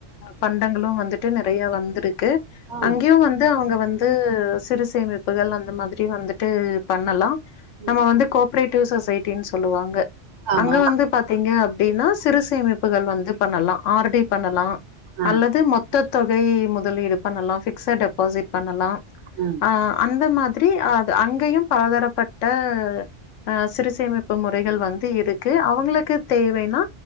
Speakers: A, on the left; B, on the right.
A: பண்டங்களு வந்துட்டு நெறைய வந்துருக் க்கு
B: ஆ
A: அங்கேயு வந்து அவுங்க வந்து சிறு சேமிப்புகள் அந்த மாதிரி வந்துட்டு பண்ணலா நம்ம
B: ம்,
A: வந்து கோப்ரைட்டிவ் சொசைட்டின்னு சொல்லுவாங்க
B: ஆமா
A: அங்க வந்து பாத்தீங்க அப்டின்னா சிறுசேமிப்புகள் வந்து பண்ணலா ஆர் டி பண்ணலா
B: ஆ
A: அல்லது மொ த்த தொகை முதலீடு பண்ணலா பிக்ஸட் டெபாசிட் பண்ணலா
B: ம்
A: ஆ அந்த மாதிரி அது அங்கயு பலதரப்பட்ட அ சிறுசேமிப்பு முறைகள் வந்து இருக்கு அவுங்களுக்கு தேவைனா